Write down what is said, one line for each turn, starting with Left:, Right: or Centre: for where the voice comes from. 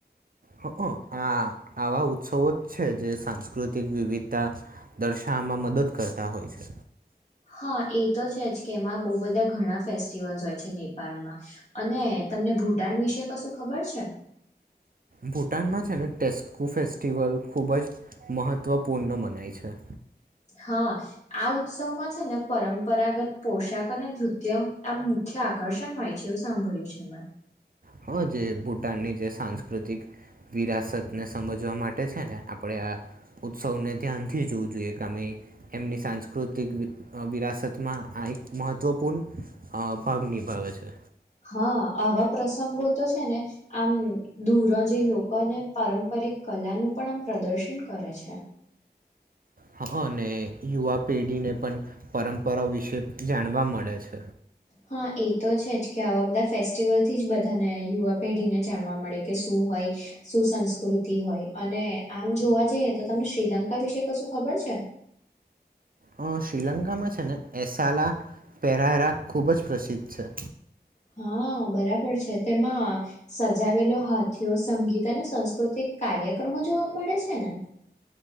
Right: હંઅ આ આવા ઉત્સવો છે જે સાંસ્કૃતિક વિવિધતા દર્શાવામાં મદદ કરતા હોય છે
Left: હા એ તો છે જ કે એમાં બો બધા ઘણા ફેસ્ટિવલસ હોય છે નેપાળમાં અને તમને ભૂટાન વિશે કશું ખબર છે?
Right: ભૂટાનમાં છે ને ટેસ્કો ફેસ્ટિવલ ખૂબ જ મહત્ત્વપૂર્ન મને ય છે
Left: હા. આ ઉત્સવ માં છે ને પરમ પરાગત પોષાક અને નૃત્ય આમ મુખ્ય આકર્ષણ હોય છે એવું સાંભળ્યું છે મેં.
Right: હં જે ભૂટાનની જે સાંસ્કૃતિક વિરાસતને સમજવા માટે છે ને આપણેે આ ઉત્સવને ધ્યાનથી જોવું જોઈએ કામે એમની સાંસ્કૃતિક વિરાસતમાં આ એક મહત્વપૂર્ણ અ ભાગ નિભાવે છે
Left: હા. આવા પ્રસંગો તો છે ને આમ દૂર જે લોકોને પારંપરિક કલાનું પણ આમ પ્રદર્શન કરે છે.
Right: હા નને યુવા પેઢીને પણ પરં પવ વિશે જાણવા મળે છે.
Left: હા એ તો છે જ કે આવા બધા ફે ફેસ્ટિવલ થી જ બધાને યુવા પેઢીને જાણવા મળે કે શું હોય સુું સંસ્કૃતિ હોય અને આમ જોવા જઈએ તો તમને શ્રીલંકા વિશે કશું ખબર છે.
Right: અ શ્રીલંકામાં છે ને એસાલા પેરારા ખૂબ જ પ્રસિદ્ધ છે.
Left: હા બરાબર છે તેમાં સજાવેલો હાથીયો સંગીત અને સાસ્કૃતિક કાર્યક્રમો જોવા મળે છે ને